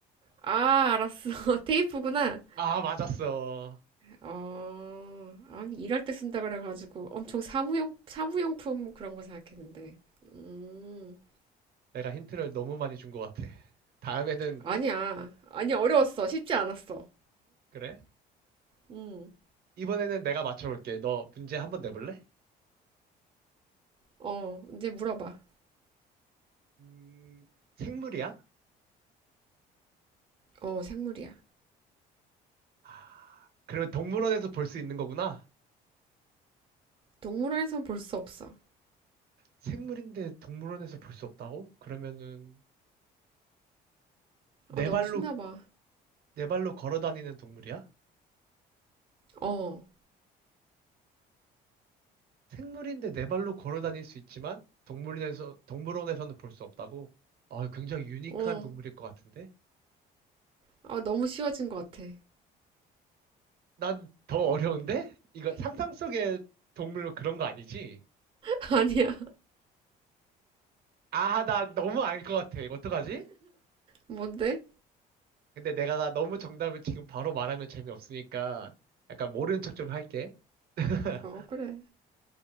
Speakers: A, on the right (about 30°); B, on the right (about 65°).
A: 아, 알았어. <laughs> 테이프구나.
B: 아, 맞았어.
A: 어, 아니, 일할 때 쓴다 그래가지고 엄청 사무용, 사무용품 그런 거 생각했는데. 음,
B: 내가 힌트를 너무 많이 준 것 같아. 다음에는,
A: 아니야. 아니, 어려웠어. 쉽지 않았어.
B: 그래?
A: 음,
B: 이번에는 내가 맞춰볼게. 너 문제 한 번 내볼래?
A: 어, 이제 물어봐.
B: 음, 생물이야?
A: 어, 생물이야.
B: 아, 그러면 동물원에서 볼 수 있는 거구나?
A: 동물원에선 볼 수 없어.
B: 생물인데 동물원에서 볼 수 없다고? 그러면은 네
A: 아, 너무
B: 발로
A: 쉽나 봐.
B: 네 발로 걸어 다니는 동물이야?
A: 어,
B: 생물인데 네 발로 걸어 다닐 수 있지만 동물원에서 동물원에서는 볼 수 없다고? 아, 굉장히 유니크한
A: 어.
B: 동물일 것 같은데?
A: 아, 너무 쉬워진 것 같아.
B: 난 더 어려운데? 이거 상상 속의 동물 그런 거 아니지?
A: <laughs> 아니야.
B: 아, 나 너무 알 것 같아. 이거 어떡하지?
A: 뭔데?
B: 근데 내가 너무 정답을 지금 바로 말하면 재미없으니까 약간 모르는 척 좀 할게. <laughs>
A: 어, 그래.